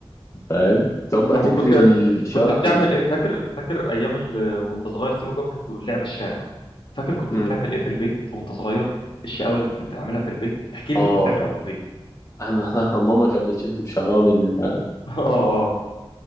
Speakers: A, on the left; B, on the left.
A: فاهم تقعد بقى
B: طب
A: تجري
B: وكنت
A: الشوارع
B: كنت بتعمل
A: كلها
B: ايه فاكر فاكر ايام ال... وانت صغير سيبك بقى من لعب الشارع فاكر كنت
A: امم
B: بتعمل ايه في البيت وانت صغير الشقاوه اللي كنت بتعملها في البيت احكي لي
A: اه
B: كنت بتعمل
A: طبعا
B: ايه في البيت
A: انا <laughs> ماما كانت بتشد في شعرها مني فاهم
B: <laughs> اه اه